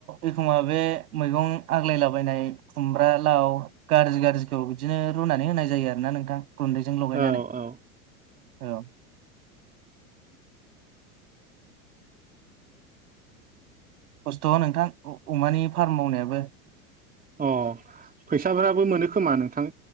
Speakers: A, on the right; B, on the right.
A: एखमबा बे मैगं आग्लायलाबायनाय खुमब्रा ला लाउ गाज्रि गाज्रिखौ बिदिनो रुनानै होनाय जायो आरो ना नोंथां। गुन्दैजों लगायनानै
B: औ औ
A: औ। खस्थ नोंथां अमानि फार्म मावनायाबो।
B: अ फैसाफोराबो मोनो खोमा नोंथां?